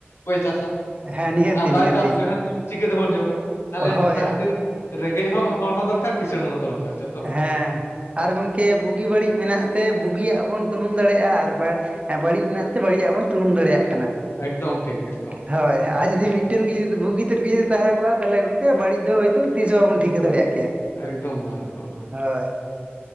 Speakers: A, on the left (about 90°); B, on the right (about 30°).
A: ᱚᱠᱚᱭ ᱪᱟᱥᱟ
B: ᱦᱮᱸ ᱱᱤᱦᱟᱹᱛᱤ
A: ᱟᱨ ᱵᱟᱭ
B: ᱱᱤᱦᱟᱹᱛᱤ
A: ᱪᱟᱥ ᱞᱮᱠᱷᱟᱱᱼᱼ ᱪᱤᱠᱟᱹ ᱛᱮᱵᱚᱱ ᱡᱚᱢᱟ ᱛᱟᱦᱞᱮ
B: ᱦᱳᱭ
A: ᱚᱱᱟ ᱠᱷᱟᱹᱛᱤᱨ ᱨᱮᱸᱜᱮᱡ ᱦᱚᱸ ᱦᱚᱲ ᱦᱚᱸ ᱫᱚᱨᱠᱟᱨ ᱠᱤᱟᱹᱬ ᱦᱚᱸ ᱫᱚᱨᱠᱟᱨ ᱫᱚᱨᱠᱟᱨ ᱾
B: ᱦᱮᱸ ᱟᱨ ᱜᱚᱝᱠᱮ ᱵᱩᱜᱤ ᱵᱟᱹᱲᱤᱡ ᱢᱮᱱᱟᱜ ᱛᱮ ᱵᱩᱜᱤᱭᱟᱜ ᱵᱚᱱ ᱛᱩᱱᱩᱢ ᱫᱟᱲᱮᱭᱟᱜᱼᱟ ᱟᱨᱼᱼ ᱵᱟᱹᱲᱤᱡ ᱢᱮᱱᱟᱜ ᱛᱮ ᱵᱟᱹᱲᱤᱡ ᱟᱜ ᱵᱚᱱ ᱛᱩᱱᱩᱢ ᱫᱟᱲᱮᱭᱟᱜ ᱠᱟᱱᱟ ᱾
A: ᱮᱠᱫᱚᱢ ᱴᱷᱤᱠ ᱮᱠᱫᱚᱢ᱾
B: ᱦᱳᱭ ᱟᱨ ᱡᱩᱫᱤ ᱢᱤᱫᱴᱮᱱ ᱜᱮ ᱵᱩᱜᱤ ᱛᱮᱫ ᱜᱮ ᱡᱩᱫᱤ ᱛᱟᱦᱮᱸ ᱠᱚᱜᱼᱟ ᱛᱟᱦᱚᱞᱮ ᱜᱚᱢᱠᱮ ᱵᱟᱹᱲᱤᱡ ᱫᱚ ᱦᱳᱭᱛᱳ ᱛᱤᱥ ᱵᱟᱵᱚᱱ ᱴᱷᱤᱠᱟᱹ ᱫᱟᱲᱮᱭᱟᱜ ᱠᱮᱭᱟ ᱾
A: ᱮᱠᱫᱚᱢ ᱵᱟᱝ ᱮᱫᱚᱢ ᱵᱟᱝ᱾
B: ᱦᱳᱭ᱾